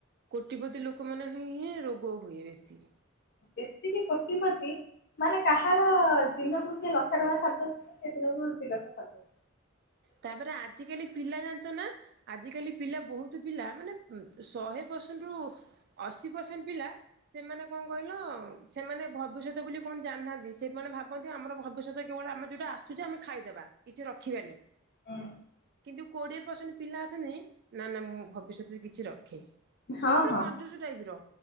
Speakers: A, on the right (about 50°); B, on the left (about 50°).
A: କୋଟିପତି ଲୋକମାନେ ହିଁ ହିଁ ରୋଗ ହୁଏ ବେଶୀ।
B: ଏତିକି କୋଟିପତି ମାନେ କାହାର ଦିନକୁ କିଏ ଲକ୍ଷ ଟଙ୍କା ସାରି ଦଉଥିବ ସେ ଦିନକୁ ଦି ଲକ୍ଷ ସାରୁ
A: ତାପରେ ଆଜିକାଲି ପିଲା ଜାଣିଛ ନା। ଆଜ କାଲି ପିଲା ବହୁତ ପିଲା ମାନେ ଶହେ ପରସେଣ୍ଟ ରୁ। ଅଶୀ ପର୍ସେଣ୍ଟ ପିଲା ସେମାନେ କଣ କହିଲ ସେମାନେ ଭବିଷ୍ୟତ ବୋଲି କଣ ଜାଣିନାହାନ୍ତି ସେମାନେ ଭାବନ୍ତି ଆମର ଭବିଷ୍ୟତ କେବଳ ଆମେ ଯୋଉଟା ଆସୁଛି ଆମେ ଖାଇଦେବା କିଛି ରଖିବାନି।
B: ହୁଁ।
A: କିନ୍ତୁ କୋଡିଏ ପରସେଣ୍ଟ ପିଲା ଅଛନ୍ତି ନା ନା ମୁଁ ଭବିଷ୍ୟତରେ କିଛି ରଖେ।
B: ହଁ
A: ପୁରା
B: ହଁ
A: କଞ୍ଜୁସ୍ ଟାଇପ୍ ର।